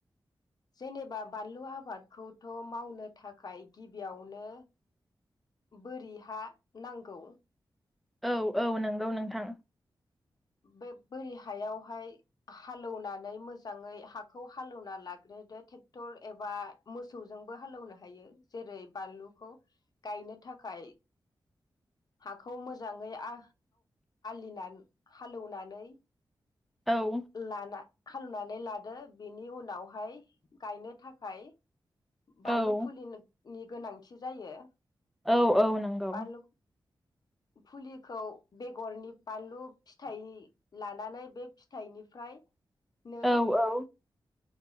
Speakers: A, on the left; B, in the centre.
A: जेनेबा बानलु आबादखौथ' मावनो थाखाय गिबियावनो
B: <inaudible>
A: बोरि हा नांगौ।
B: औ औ नोंगौ नोंथां।
A: बे बोरि हायावहाय हालौनानै मोजाङै हाखौ हालौना लाग्रोदो ट्रेक्टर एबा मोसौजोंबो हालौनो हायो जेरै बानलुखौ गायनो थाखाय हाखौ मोजाङै आ <unintelligible> हालौनानै
B: औ
A: लाना खालामनानै लादो बेनि उनावहाय गायनो थाखाय बालु
B: औ
A: फुलिनो नि गोनांथि जायो।
B: औ औ नोंगौ।
A: बानलु फुलिखौ बेगरनि बानलु फिथाइ लानानै बे फि थाइनिफ्राय नो
B: औ औ